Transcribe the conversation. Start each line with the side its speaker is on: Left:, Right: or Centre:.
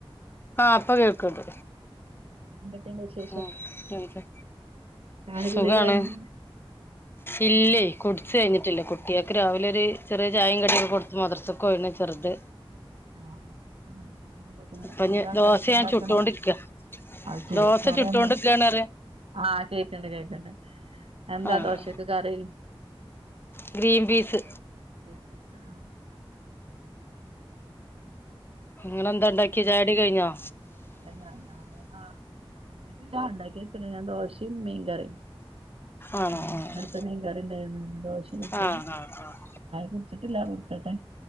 Left: ആഹ് ഇപ്പ കേൾക്ക്ണ്ട്
Right: ന്തെക്കൊണ്ട് വിശേ
Left: ആഹ് എനിക്ക്
Right: ചായ
Left: സുഖാണ്
Right: കുടിയൊക്കെ കഴിഞ്ഞ്
Left: ഇല്ലേയ്
Right: ബസ്
Left: കുടിച്ച് കഴിഞ്ഞിട്ടില്ലേ കു കുട്ടിയൊക്ക് രാവിലെരു ചെറിയ ചായയും കടയി കൊടുത്ത് മദ്രസക്ക് പോയിണ് ചെറുത്
Right: ആഹ മക്ക വരുമ്പത്തിന്
Left: ഇപ്പൊ ഇനി
Right: എന്താ
Left: ദോശ
Right: കട്യൊക്കെ ഇണ്ടാക്കണ
Left: ഞാൻ ചുട്ടോണ്ടിരിക്ക
Right: അത് ശരി
Left: ദോശ
Right: കറി
Left: ചുട്ടോണ്ടിരിക്കാണ്
Right: എന്താ
Left: പറയാ
Right: ആഹ് കേക്ക്ണ്ട് കേക്ക്ണ്ട് എന്താ
Left: ആഹ്
Right: ദോശക്ക് കറി
Left: ഗ്രീൻ
Right: <unintelligible>
Left: പീസ്
Right: ആഹ്
Left: നിങ്ങളെന്താണ്ടാക്കിയെ ചായുടിയൊ കഴിഞ്ഞോ
Right: ല്ല ല്ല ഞാൻ ആഹ് കുടിച്ചിട്ടില്ല ണ്ടാക്കി വെച്ച്ണ് ഞാൻ ദോശയും മീൻ കറിയും
Left: ആണോ
Right: ഉം ഇന്നലത്തെ
Left: ആഹ്
Right: മീൻ കറിണ്ടായിരുന്നു ന്നെ ദോശ ചുട്ട്
Left: ആഹ് ആഹ് ആഹ്
Right: ടിച്ചിട്ടില്ല കുടിക്കട്ടെ